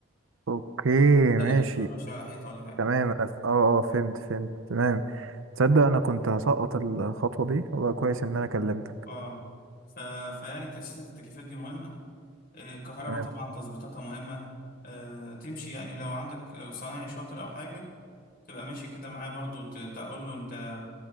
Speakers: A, on the right; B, on the left.
A: اوكي
B: تلاقي
A: ماشي
B: ماسوره ماشيه على حيطه ولا حاجه
A: تمام انا ف... اه اه فهمت فهمت تمام تصدق انا كنت هسقط الخطوة دي والله كويس ان انا كلمتك
B: اه ف... فيعني تاسيسات التكييفات دي مهمه آه، الكهرباء
A: تمام
B: طبعا تظبيطاتها مهمه آه، تمشي يعني لو عندك آه، صنايعي شاطر او حاجه تبقى ماشي كده معاه برضو ت- تقول له انت